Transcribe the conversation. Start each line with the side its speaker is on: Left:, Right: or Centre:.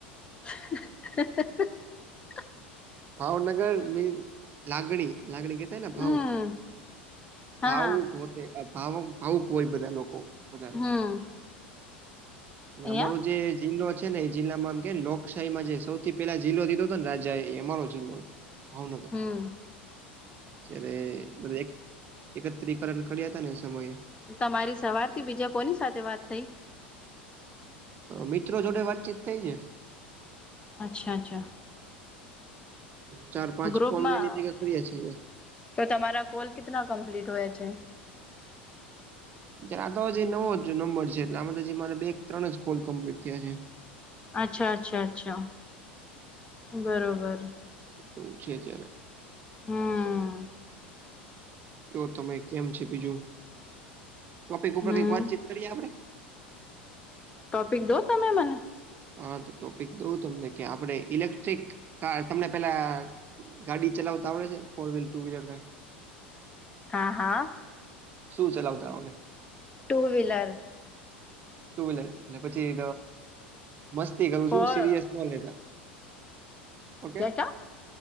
Left: હ હ હ.
Right: ભાવનગર મીન લાગણી, લાગણી કે? ને ભાઉ,
Left: હમ હા
Right: ભાઉ
Left: હા
Right: પોતે ભાવ ભાવુક હોય બધા લોકો. વધારે
Left: હમ. અહીંયા
Right: અમારું જે જિલ્લો છે ને, એ જિલ્લામાં આમ કે લોકશાહી માં જે સૌથી પહેલા જિલ્લો દીધો હતો ને, રાજા. અમારો જિલ્લો હતો, ભાવનગર.
Left: હમ્મ.
Right: જ્યારે બધા એકત્રીકરણ કર્યા હતા ને સમયે.
Left: તમારી સવારથી બીજા કોની સાથે વાત થઈ
Right: મિત્રો જોડે વાતચીત થઈ છે.
Left: અચ્છા અચ્છા
Right: ચાર પાંચ
Left: ગ્રુપમાં
Right: કોલ મે એની ભેગા કરીયા છે
Left: તો તમારા કોલ કિતના કમ્પ્લીટ હોયા છે
Right: જદા અજી જે નવો જ નંબર છે એટલે આમાં જે મારે બે ત્રણ જ કોલ કમ્પ્લીટ થયા છે.
Left: અચ્છા અચ્છા અચ્છા બરાબર
Right: એવું છે અત્યારે
Left: હમ
Right: તો તમે કેમ છે બીજું ટોપિક ઉપર
Left: હમ
Right: કઈક વાતચીત કરીએ આપડે
Left: ટોપિક દો તમે મને
Right: હા તો ટોપિક દઉં તમને કે આપણે ઇલેક્ટ્રિક કાર તમને પેલા ગાડી ચલાવતા આવડે છે ફોર વ્હીલર, ટુ વ્હીલર કઈ
Left: હા હા
Right: શું ચલાવતા આવડે.
Left: ટુ વ્હીલર
Right: ટુ વલર એટલે પછી મસ્તી કરું
Left: ફોર
Right: છું સિરિયસ ન લેતા. ઓકે
Left: ક્યા ક્યા